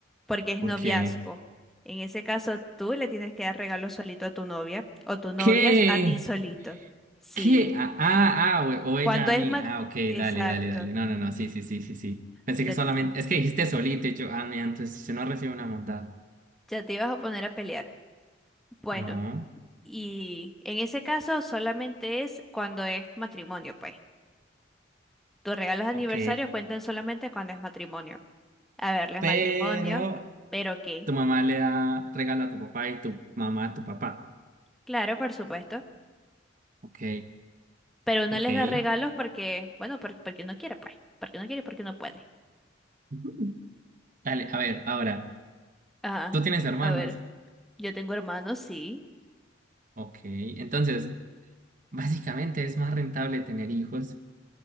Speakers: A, in the centre; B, on the right.
A: porque es
B: porque.
A: noviazgo. En ese caso, tú le tienes que dar regalo solito a tu novia o tu novia
B: ¿Qué?
A: a ti solito. Sí.
B: ¿Qué? Ah, ah, ah, o, o ella
A: Cuando es
B: a mí.
A: ma...
B: Ah, ok,
A: Exacto.
B: dale, dale, dale. No, no, no, sí, sí, sí, sí, sí. Pensé
A: Ya
B: que solamente.
A: te,
B: Es que dijiste solito y yo, ah, mira, entonces yo no recibo una montada.
A: ya te ibas a poner a pelear. Bueno,
B: No,
A: y en ese caso solamente es cuando es matrimonio, pues. Tus regalos de aniversario
B: ok.
A: cuentan solamente cuando es matrimonio. A verles
B: Pero
A: matrimonio, pero qué.
B: tu mamá le da regalo a tu papá y tu mamá a tu papá.
A: Claro, por supuesto.
B: Ok,
A: Pero no
B: ok.
A: les da regalos porque, bueno, por- porque no quiere, pues. Porque no quiere, porque no puede.
B: <laughs> Dale, a ver, ahora,
A: Ajá.
B: tú tienes hermanos,
A: A ver, yo tengo hermanos, sí.
B: ok, entonces, básicamente es más rentable tener hijos,